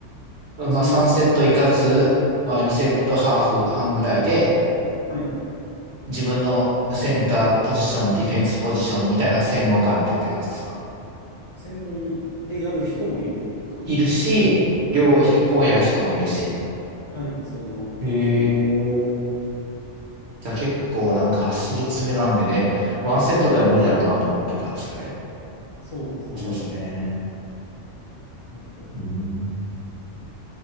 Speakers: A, on the left; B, on the right.
A: まあ、
B: い。まあ、
A: その中に、
B: 3セットいかず、まあ、2セットハーフ半ぐらいで、
A: はい、
B: 自分のセンターポジション、ディフェンスポジションみたいな専門があってって感じですか
A: 専門でやる人もいるって感じですね。
B: いるし、両方やる人もいるし。
A: はい、そんなイメージ。
B: へーじゃあ結構なんか走り詰めなんでね、ワンセットでは無理だろうなと思ってたんですよね。や
A: そうですね。
B: っぱそうですね。
A: おー
B: うん。